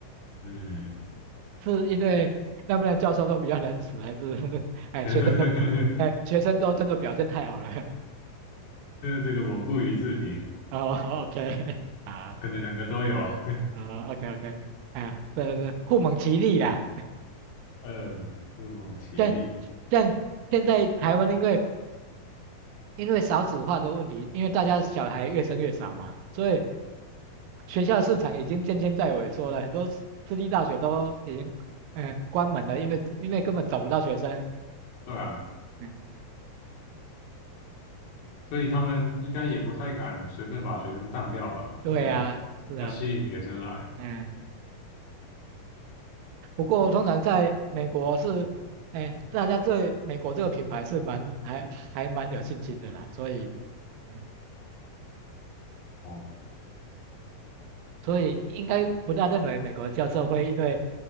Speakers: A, on the left; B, on the right.
A: 嗯，
B: 是因为那边的教授都比较仁慈，还是 <laughs> 哎学生都哎学生都真的表现太好了？
A: <laughs> 这个我不予置评，
B: <laughs> 哦，OK <laughs> 啊，
A: 可能两个都有啊。
B: 哦，OK OK 啊，对对对，互蒙其力啦。
A: <laughs> 嗯，不遑其力。
B: 像像现在台湾因为因为少子化的问题，因为大家小孩越生越少嘛，所以学校市场已经渐渐在萎缩了，很多私私立大学都已经嗯、呃关门了，因为因为根本找不到学生。
A: 对啊，
B: 嗯，
A: 所以他们应该也不太敢随便把学生当掉吧，
B: 对呀，
A: 就
B: 是啊。
A: 要吸引学生来。
B: 嗯。不过通常在美国是，哎，大家对美国这个品牌是蛮还还蛮有信心的啦，所以，嗯
A: 哦，
B: 所以应该不大认为美国的教授会因为